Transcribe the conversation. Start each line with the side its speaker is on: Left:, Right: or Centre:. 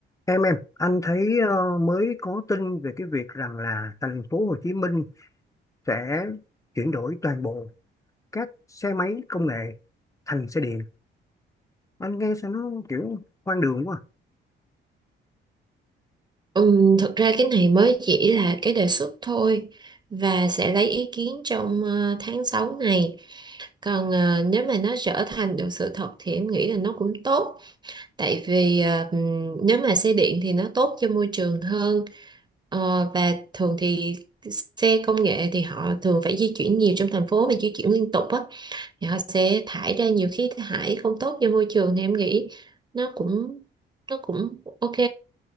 Left: Em em, anh thấy ờ, mới có tin về cái việc rằng là thành phố Hồ Chí Minh sẽ chuyển đổi toàn bộ các xe máy công nghệ thành xe điện. Anh nghe sao nó kiểu hoang đường quá.
Right: Ừm, thực ra cái này mới chỉ là cái đề xuất thôi và sẽ lấy ý kiến trong ờ, tháng 6 này. Còn ờ, nếu mà nó trở thành được sự thật thì em nghĩ là nó cũng tốt. Tại vì ờ, ừm, nếu mà xe điện thì nó tốt cho môi trường hơn. Ờ, và thường thì xe công nghệ thì họ thường phải di chuyển nhiều trong thành phố và di chuyển liên tục á. Thì họ sẽ thải ra nhiều khí thải không tốt cho môi trường thì em nghĩ nó cũng nó cũng ok.